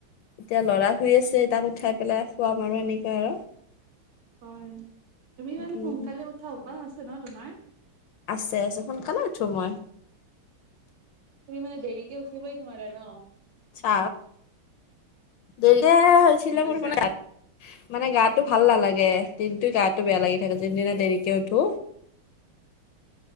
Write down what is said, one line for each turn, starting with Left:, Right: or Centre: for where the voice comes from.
Left: এতিয়া লৰা শুই আছে তাক উঠাই পেলাই খুৱাম আৰু এনেকা আৰু
Right: হয় তুমি ইমান
Left: উম
Right: সোনকালে উঠা অভ্যাস আছে ন তোমাৰ
Left: আছে আছে সোনকালে উঠো মই
Right: তুমি মানে দেৰিকে উঠিবই নোৱাৰে ন।
Left: চা ডেৰিকে হৈছিলে
Right: কি কৈছা?
Left: মোৰ মানে ৰাত মানে গাটো ভাল নালাগে দিনটো গাটো বেয়া লাগি থাকে যোনদিনা দেৰিকে উঠো,